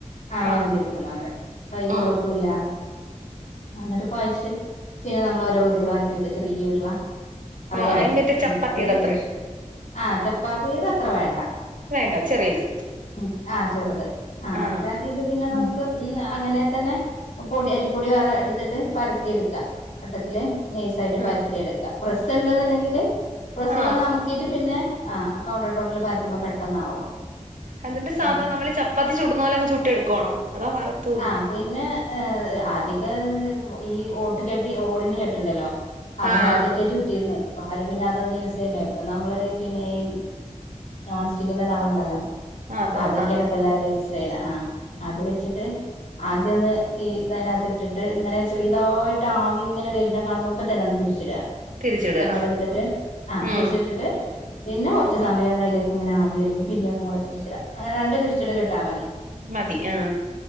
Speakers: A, on the left (about 70°); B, on the right (about 80°).
A: ആ
B: ആഹ്
A: വെന്തിരിക്കുന്നോണ്ട് കൈ പൊള്ളത്തുല്ല
B: ഉം
A: ആ എന്നിട്ട് കൊഴച്ച് പിന്നെ നമ്മള് ഓരോ ഉരുള ആക്കി വെക്ക ചെറിയ ഉരുള അറിയാലോ
B: ആഹ് അത് മറ്റേ
A: ഉം
B: ചപ്പാത്തിയുടെ
A: ഒര് ഏകദേശം
B: അത്രയും
A: ആഹ് ചപ്പാത്തിയുടെ അത്ര വേണ്ട
B: വേണ്ട ചെറിയത്
A: ഉം ആഹ് ചെറുത് ആ
B: ആഹ്
A: അത്ര ഇട് പിന്നെ നമുക്ക് അങ്ങനെ തന്നെ പൊടി അരിപ്പൊടി വേറെ എടുത്തിട്ട് പരത്തി എടുക്കാ വട്ടത്തില്. നൈസ് ആയിട്ട് പരത്തി
B: ആഹ്
A: എടുക്കാ പ്രസ് ഉണ്ടെന്നുണ്ടെങ്കില് പ്രസ്സിലൊന്ന്
B: ആഹ്
A: നമു ത്തിട്ട് പിന്നെ ആ കൗണ്ടർ ടോപ്പിൽ പരത്തുമ്പോൾ പെട്ടെന്നാവും
B: എന്നിട്ട് സാധാ
A: ഉം
B: നമ്മള് ചപ്പാത്തി ചൂടുന്ന പോലെ അങ്ങ് ചുട്ട് എടുക്കുവാണോ അതോ വറത്തു കോരേ
A: ആ പിന്നെ ഏ ആദ്യൊക്കെ ഈ ഓട്ടുചട്ടി ഓടിന്റെ ചട്ടി ണ്ടല്ലോ അതിനകത്തൊക്കെ
B: ആഹ്
A: ചുട്ടീർന്നെ ഇപ്പ ആരും പിന്നെ അതൊന്നും യൂസെയ്യെല്ല ഇപ്പ നമ്മള് പിന്നെ ഈ നോൺ സ്റ്റിക്കിന്റെ തവ ണ്ടല്ലോ
B: ആഹ് അഥവാ
A: അതൊക്കെയാണ്പ്പൊ
B: ആഹ്
A: എല്ലാരും യൂസ് ചെയ്യണ ആഹ് അത് വെച്ചിട്ട് ആദ്യൊന്ന് ഈ ഇത് അതിനകത്ത് ഇട്ടിട്ട് ഇങ്ങനെ ചെറീതായിട്ട് ട്ട് ആവി ഇങ്ങനെ വര്ണ കാണ്മ്പോ അപ്പ തന്നെന്ന് തിരിച്ച്ട
B: തിരിച്ചിടുക
A: ചട്ടകട്ത്തിട്ട്
B: ആഹ്
A: ആഹ്
B: ഉം
A: തിരിച്ചിട്ടിട്ട് പിന്നെ കൊറച്ച് സമയം ഒന്ന് അതിലേക്ക് ഇങ്ങനെ ആവി വരുമ്പോ പിന്ന ഒന്നും കൂടെ തിരിച്ചിട അങ്ങനെ രണ്ട് തിരിച്ചിടല് ഇട്ടാ മതി
B: മതി ആഹ്